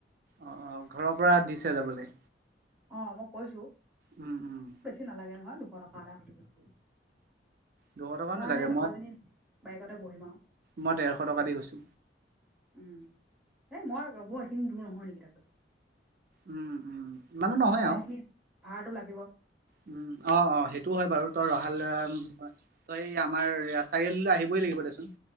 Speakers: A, on the right (about 50°); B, in the centre.
A: অ অ ঘৰৰ পৰা দিছে যাবলে?
B: অ মই কৈছো।
A: উম উম।
B: বেছি নালাগে নহয় দুশ টকা এতা হলেই হবই।
A: দুশ টকা
B: মই
A: নালাগে
B: সেই লগৰজনী বাইকতে বহিম আও।
A: মই ডেৰশ টকা দি গৈছো
B: উম এই মই ৰ'ব এইখিনি দূৰ নহয় নেকি তাপাছ।
A: উম উম মানে নহয়
B: মোৰ আকৌ
A: আও।
B: এইখিনি ভাড়াটো লাগিব
A: উম, অ অ সেইটো হয় বাৰু তই ৰহালৰা। তই এই আমাৰ চাৰিআলিলৈ আহিবই লাগিব দেচোন।